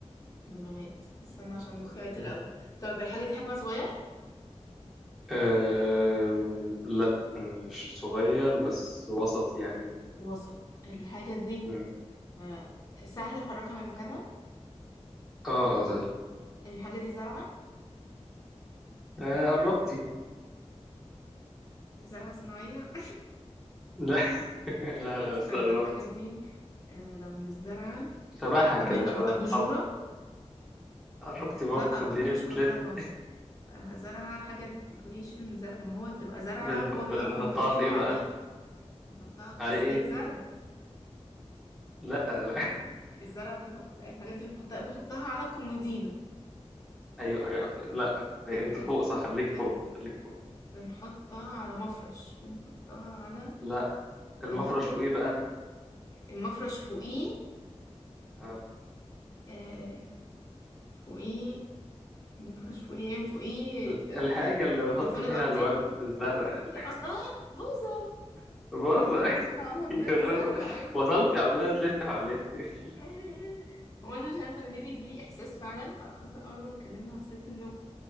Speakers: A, on the left; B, in the centre.
A: جماد استنى عشان مخي عطل
B: مم.
A: قوي طب الحاجة دي حجمها صغير
B: أم... لا مش صغير بس وسط يعني
A: وسط الحاجة دي
B: مم.
A: آه، سهل أحركها من مكانها
B: اه اه سهل
A: الحاجة دي زرعة
B: آه قربتي
A: زرعة صناعية
B: لا <laughs>
A: <laughs>
B: لا لا
A: استنى
B: بس قربتي
A: الحاجة دي آه، لو مش زرعة
B: شبهها كده
A: أب... أب...
B: شبه
A: أباجورة
B: طب قربتي برضه
A: لأ
B: انت
A: قلنا
B: ليه
A: مش
B: بتلفي
A: كهربا آه، زرعة حاجة ديكوريشن زرع ما هو تبقى زرعة
B: بن...
A: هو
B: بنحطها
A: بيبقى كومودينو
B: في ايه
A: عليه
B: بقى
A: بنحطها في
B: على
A: قصرية
B: ايه
A: زرع
B: لا لا
A: الزرع بنحط الحاجات دي بنحطها بنحطها على الكومودينو
B: <laughs> ايوه أيوة. لا انت
A: بنحط
B: فوق صح خليكي فوق
A: بن...
B: خليكي فوق
A: بنحطها على مفرش بنحطها على
B: لا المفرش
A: بنحط
B: فوق ايه بقى
A: المفرش فوقيه
B: آه.
A: آه فوقيه المفرش فوقيه ايه فوقيه
B: ال-
A: ت-
B: الحاجة
A: ت-
B: اللي بنحط
A: التليفون
B: فيها
A: الأرضي
B: الورد الزرع ال-
A: أص... اه بوظة
B: <laughs> بص
A: ايه العوض
B: <laughs>
A: ده
B: خلاص،
A: دي سهلة قوي
B: وصلت عمالة تلف حواليها <laughs>
A: آه. <laughs> هو انا مش عارفة انا ليه بيجيلي احساس فعلا فأنا اصلا اول ما اتكلمنا حسيت انه